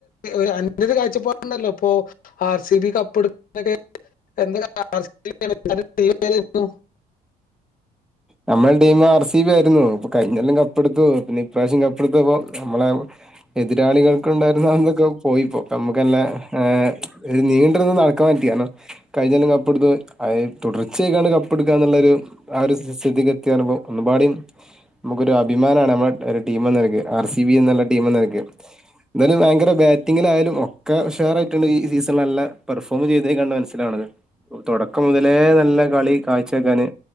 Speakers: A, on the left; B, in the centre.
A: ഒരന്യത് കാഴ്ചപ്പാടുണ്ടല്ലോ ഇപ്പോ ആർ സി ബി കപ്പ് എടുക്ക <unintelligible> എന്തൊ ബ <unintelligible>
B: നമ്മുടെ ടീമ് ആർ സി ബി ആയിരുന്നു ഇപ്പൊ കഴിഞ്ഞൊല്ലം കപ്പെടുത്തു പിന്നെ ഇപ്രാവശ്യം കപ്പെടുത്തപ്പോ നമ്മളെ എതിരാളികൾക്കുണ്ടായിരുന്ന അന്തൊക്കെയൊ പോയിപ്പോ നമ്മുക്കന്നെ ഏഹ് ഒരു നീണ്ടിരുന്നത് നടക്കാൻ പറ്റി കാരണം കഴിഞ്ഞൊല്ലം കപ്പെടുത്തു അയ് തുടർച്ചയായിക്കാണ്ട് കപ്പെടുക്കാന്നുള്ളൊരു ആ ഒരു സ്ഥിതിക്ക് <unintelligible> നമുക്കൊരു അഭിമാനാണ് നമ്മടെ ഒരു ടീമെന്ന നിലക്ക് ആർ സി ബി എന്നുള്ള ടീമെന്ന നിലക്ക് എന്തായാലും ഭയങ്കര ബാറ്റിങ്ങിലായാലും ഒക്കെ ഉഷാറായിട്ടാണ് ഈ സീസൺ നല്ല പെർഫോം ചെയ്തേ കണ്ട മനസ്സിലാവണത് തുടക്കം മുതലേ നല്ല കളി കാഴ്ച വെക്കാന്